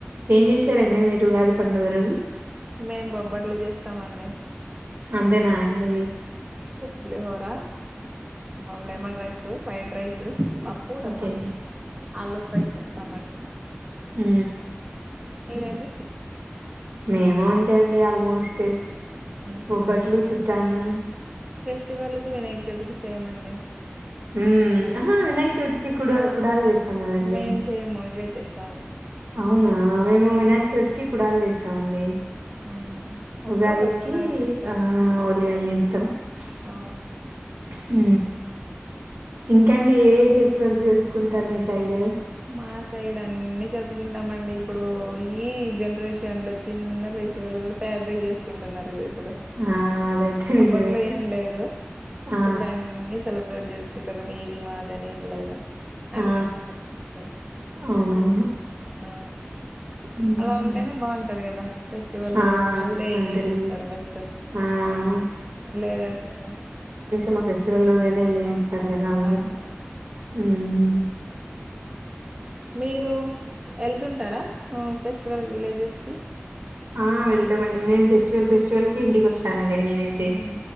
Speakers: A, on the right (about 65°); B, on the right (about 20°).
A: ఏం చేసారండి మీరు ఉగాది పండుగ రోజు
B: మేం బొబ్బట్లు చేస్తామండి
A: అంతేనా అండి
B: పలేహోర లెమన్ రైస్ ఫ్రైడ్ రైస్ పప్పు రసం
A: ఓకే
B: ఆలు ఫ్రై చేస్త టమాటో
A: ఊ
B: మీరు అండి
A: మేము అంతే అండి ఆల్మోస్ట్
B: ఉమ్,
A: బొబ్బట్లు చిత్రానం
B: స్టివల్ కు వినాయక చవితి కి సేమ్ అండి
A: ఊ ఆహా వినాయక చవితికి కుడ కుడాలు చేస్తాం కదండీ
B: మేం చేయము ఇవే చేస్తాము
A: అవునా మేము
B: ఆ
A: వినాయక చవితికి కుడాలు చేస్ స్తామండి
B: ఉమ్, ఒక్కోరు
A: ఉగాదికి
B: ఒక్కోలాగా చేస్తారా
A: ఆ ఓళిగలు జేస్ <unintelligible>
B: ఆ
A: హు ఇంకా అండి ఏ ఏ ఫెస్టివల్స్ జరుపుకుంటారు మీ సైడు
B: మా సైడ్ అన్నీ జరుపుకుంటామండి, ఇప్పుడు ఈ జనరేషన్ లో చిన్న ఫెస్టివల్ కూడా పెద్దగా చేసుకుంటున్నారు కద. ఇప్పుడు
A: ఆ అదైతే నిజమే
B: అప్పట్లో ఏం లేదు
A: ఆ
B: ఇప్పుడు అన్నీ సెలబ్రేట్ చేసుకు జరుపుకుంటారు మీది మాది అని ఏం లేదు అ అన్ని
A: ఆ
B: చేసుకుంటారు
A: అవునవును
B: ఆ
A: మ్మ్
B: అలా ఉంటేనే బాగుంటది కదా ఫెస్టివల్లు
A: ఆ
B: హాలిడే ఎంజాయ్
A: అంతేలేండి
B: చేస్తారు ఫస్ట్
A: ఆ
B: లేదంటే
A: మ్ ఫెస్ వల్ రోజు అయిన ఎంజాయ్
B: ఆ,
A: చేస్తారు కదా అందరు
B: అవును
A: ఉమ్
B: మీరు వెళ్తుంటారా ఫెస్టివల్ కి విలేజెస్ కి
A: ఆ వెళ్తామండి మేం చేస్ ప్రతి ఫెస్టివల్ కి ఇంటికి వస్ స్తానండి నేను అయితే
B: ఆ,